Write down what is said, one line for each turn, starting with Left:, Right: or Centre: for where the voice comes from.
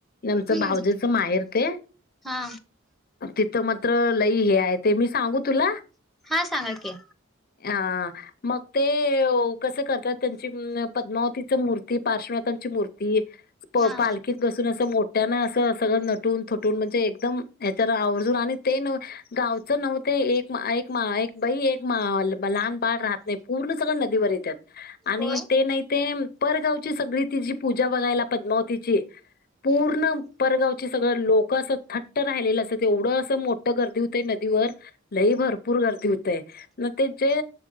Left: आमचं
Centre: हम्म
Left: भाऊजेच माहेर ते
Centre: हा
Left: तिथं मात्र लई हे आहे, ते मी सांगू तुला
Centre: हां, सांगा की.
Left: अ, मग ते कसं करत्यात त्यांची पद्मावतीच मूर्ती, पार्श्वनाथांची मूर्ती,
Centre: हा
Left: पालखीत बस मोठ्यान असं, सगळं नटून थुटून, म्हणजे एकदम हच्यान आवर्जून आणि ते न गावचं नव्हतं ते, एक बाई एक लहान बाळ राहत नाही, पूर्ण सगळं नदीवर येत्यात. आणि
Centre: होय
Left: ते नाही ते परगावची सगळी तिजी पूजा बघायला पद्मावतीची, पूर्ण परगाव सगळं लोक असं थट्ट राहिलेलं असंत्यात, तेवढं असं मोठं गर्दी होतय नदीवर लई भरपूर गर्दी होतय. मग ते जे